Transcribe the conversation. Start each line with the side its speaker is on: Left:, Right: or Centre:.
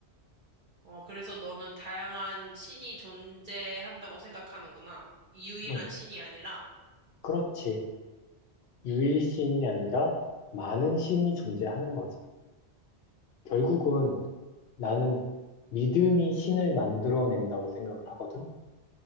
Right: 어, 그래서 너는 다양한 신이 존재한다고 생각하는구나. 유일한
Left: 응,
Right: 신이 아니라.
Left: 그렇지. 유일신이 아니라 많은 신이 존재하는 거지. 결국은 나는 믿음이 신을 만들어낸다고 생각을 하거든.